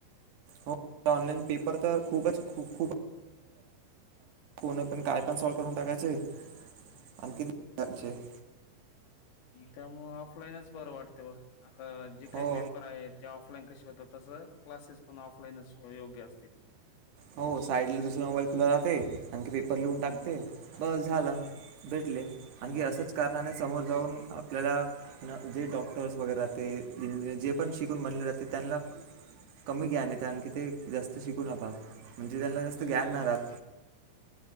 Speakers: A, on the right; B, on the left.
A: हो ऑनलाइन पेपर तर खूपच खूप... कोणी
B: हं,
A: पण काय पण सॉल्व करून टाकायचे... आणि कितीचे <inaudible>
B: त्यामुळे ऑफलाईनच बरं वाटते बघ आता जे काही
A: हो
B: पेपर आहे ते ऑफ... कशी होतात तस क्लासेस पण ऑफलाईनच योग्य असतील.
A: हो साईडला दुसरा मोबाईल खुला राहते आणखी पेपर लिहून टाकते
B: हं,
A: बस झाल भेट.... आणीखी
B: हां.
A: असेच कारखानने समोर जाऊन.... आपल्याला जे डॉक्टर्स वगैरे राहते इंजिनियर जे पण शिकून बनले जाते त्यांना... कमी ज्ञान येत आणखी ते जास्त शिकून... म्हणजे त्यांना जास्त
B: हं.
A: ज्ञान नाही राहत....